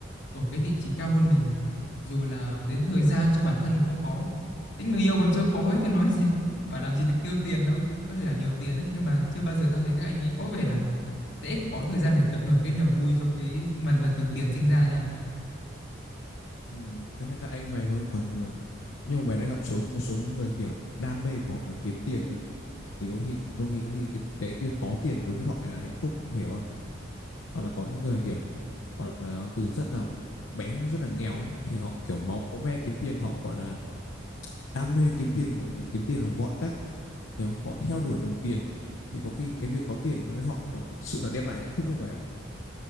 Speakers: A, on the left; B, on the left.
A: ở cái vị trí cao hơn mình này rồi là đến thời gian cho bản thân còn không có đến người yêu còn chưa có ấy chứ nói gì bảo làm gì được tiêu tiền đâu có thể là nhiều tiền đấy nhưng mà chưa bao giờ tao thấy các anh ấy có vẻ là sẽ có thời gian để tận hưởng cái niềm vui cho cái mà mà từ tiền sinh ra nha
B: Ừm, đấy là các anh mày thôi còn nhưng mà nhưng mà mày đã gặp số một số những người kiểu đam mê của họ là kiếm tiền thôi thì có khi đôi khi có khi cái, cái, việc có tiền đối với họ lại là hạnh phúc mày hiểu không hoặc là có những người kiểu gọi là từ rất là bé rất là nghèo ấy thì họ kiểu máu me kiếm tiền họ gọi là đam mê kiếm tiền gọi là kiếm tiền bằng mọi cách hiểu họ theo đuổi đồng tiền thì có khi cái việc có tiền đối với họ nó thật sự là đem lại hạnh phúc đấy mày ạ